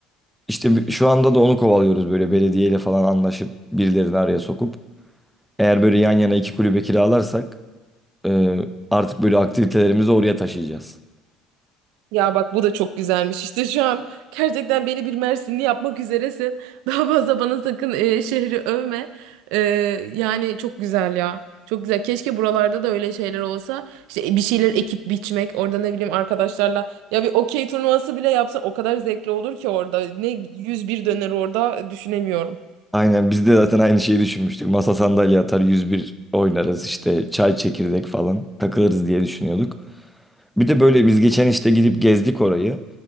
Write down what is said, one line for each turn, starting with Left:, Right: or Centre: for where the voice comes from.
Centre: İşte bi- şu anda da onu kovalıyoruz böyle belediyeyle falan anlaşıp birilerini araya sokup. Eğer böyle yan yana iki kulübe kiralarsak e, artık böyle aktivitelerimizi oraya taşıyacağız.
Right: Ya bak bu da çok güzelmiş. İşte şu an gerçekten beni bir Mersinli yapmak üzeresin. <laughs> Daha fazla bana sakın e, şehri övme. E, yani çok güzel ya. Çok güzel. Keşke buralarda da öyle şeyler olsa. İşte e, bir şeyler ekip biçmek. Orada ne bileyim arkadaşlarla. Ya bir okey turnuvası bile yapsa o kadar zevkli olur ki orada. Ne 101 döner orada düşünemiyorum.
Centre: Aynen biz de zaten aynı şeyi düşünmüştük. Masa sandalye atar 101 oynarız işte çay çekirdek falan takılırız diye düşünüyorduk. Bir de böyle biz geçen işte gidip gezdik orayı.